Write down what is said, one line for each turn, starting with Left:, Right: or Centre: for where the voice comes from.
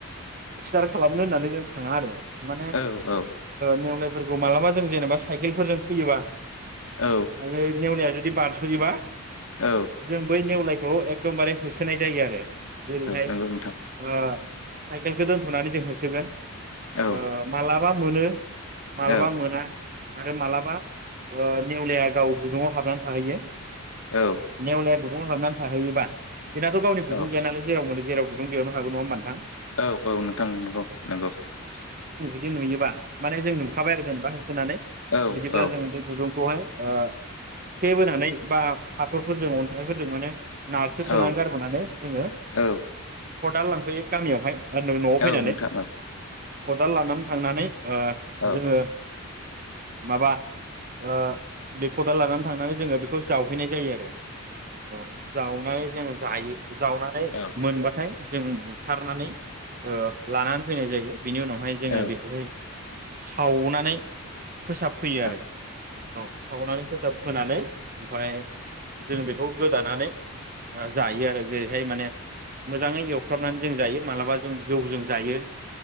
Right: सिखार खालामनो होननानै जों थाङा आरो माने
Left: औ औ
Right: नेवलनायफोरखौ मालाबा जों जेनेबा साइकेलफोरजों फैयोबा
Left: औ
Right: ओ नेवलाया बि बारस'योबा
Left: औ
Right: जों बै नेवलाय- खौ एकदमबारे होसोनाय जायो आरो । जेरैहाय
Left: नंगौ नोंथां
Right: ओ साइकेलखौ दोन्थ'नानै जों होसोगोन ।
Left: औ
Right: ओ मालाबा मोनो <unintelligible> मालाबा
Left: औ
Right: मोना । आरो मालाबा ओ ओ नेवलाया गाव गुदुङाव हाबनानै थाहैयो।
Left: औ
Right: नेवलाया गुदुंआव हाबनानै थाहैयोबा बेनाथ' गावनि गुदुं
Left: औ
Right: गैयानालाय जेराव मोनो जेराव गदुं बेयावनो हाबो नङा होनबा नोंथां?
Left: औ औ नोंथां नंगौ नंगौ ।
Right: बिदि नुयोबा माने जों नुखाबाय आरो जेनेबा ।
Left: औ
Right: बिदिब्ला
Left: औ
Right: जों बे गुदुंखौ बहाय ओ दे बोनानै बा हाथरफोरजों अन्थफोरजों माने नारसो थ'नानै
Left: औ
Right: गारबोनानै जोङो
Left: औ
Right: खदाल लां फैयो गामियावहाय। ओ नों न'आव फैनानै
Left: औ नोंथां औ
Right: दाल लानानै थांनानै ओ
Left: औ
Right: जोङो माबा ओ बे खदाल लानानै थांनानै जोङो बेखौ जावहैनाय जायो आरो । औ जावनानै जोङो जायो जावनानै
Left: औ
Right: मोनबाथाय जों बुथारनानै ओ लानानै फैनाय जायो । बिनि उनावहाय
Left: औ
Right: जोङो बेखौहाय सावनानै <inaudible> फोसाबफैयो आरो
Left: औ
Right: औ सावनानै फोसाब फोनानै ओमफ्राय जों बेखौ गोदानानै जायो आरो ओेरैहाय माने मोजाङै एवफ्रामनानै जों जायो मालाबा जों जौजों जायो